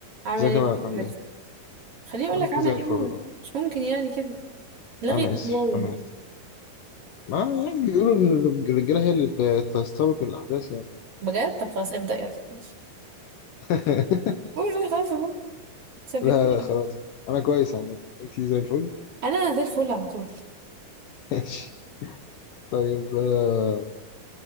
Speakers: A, on the right; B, on the left.
A: اعمل
B: ازيك
A: ايه
B: يا مالك
A: في
B: عامل
A: حياتي
B: ايه؟
A: خليني اقول
B: انا
A: لك اعمل
B: زي الفل
A: ايه بقى
B: والله.
A: مش ممكن يعني كده لغي
B: انا اسف
A: الله
B: انا اسف ما يعني بيقولوا ان الرج- الرجاله هي اللي بتستبق الاحداث يعني
A: بجد طب خلاص ابدا يلا ماشي
B: <laughs>
A: قول قول خلاص والله ثبتني
B: لا لا خلاص انا كويس عامه انت زي الفل
A: انا زي الفل على طول
B: <laughs> ماشي طيب آه،